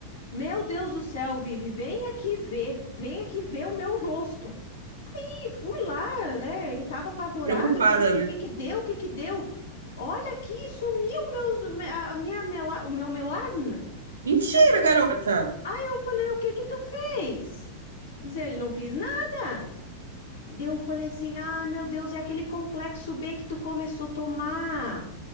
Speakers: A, on the left; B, on the right.
A: Meu Deus do céu, Vivi, vem aqui ver, vem aqui ver o meu rosto. E fui lá, né? Ele tava apavorado.
B: Preocupada,
A: Eu falei assim:
B: né?
A: O que que deu? O que que deu? Olha aqui, sumiu meus, me- a minha mela, o meu melasma.
B: Mentira,
A: Deu-
B: garota.
A: Aí eu falei: O que que tu fez? Diz ele: Não fiz nada. Daí eu falei assim: ah, meu Deus, é aquele complexo B que tu começou a tomar.